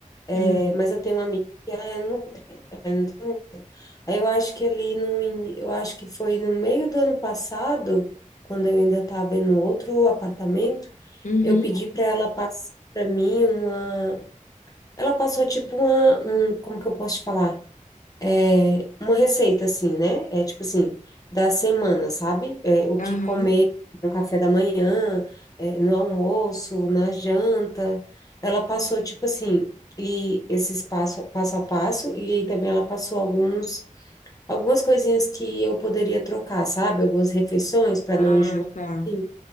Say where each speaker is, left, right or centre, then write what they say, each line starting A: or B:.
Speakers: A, on the left; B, on the left.
A: É,
B: Hum,
A: mas eu tenho uma amiga que ela é Então, Aí eu acho que ali no, in- eu acho que foi no meio do ano passado, quando eu ainda estava no outro apartamento,
B: uhum,
A: eu pedi para ela passar para mim uma, ela passou tipo uma, um, como que eu posso te falar? É, uma receita assim, né? É tipo assim, da semana, sabe? É, o
B: aham.
A: que comer no café da manhã, é, no almoço, na janta. Ela passou tipo assim, e esses passo, passo a passo, e também ela passou alguns Algumas coisinhas que eu poderia trocar, sabe? Algumas refeições para não
B: Ah,
A: enjoar.
B: tá.
A: Sim,